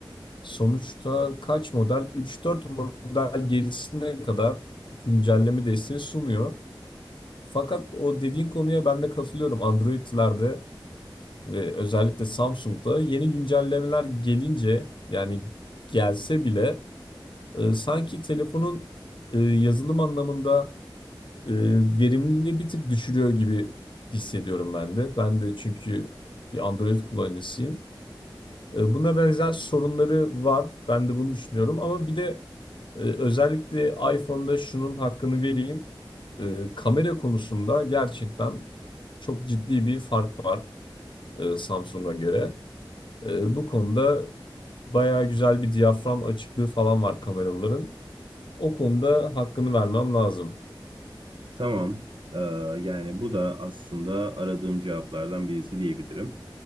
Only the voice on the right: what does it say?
Tamam, e, yani bu da aslında aradığım cevaplardan birisi diyebilirim.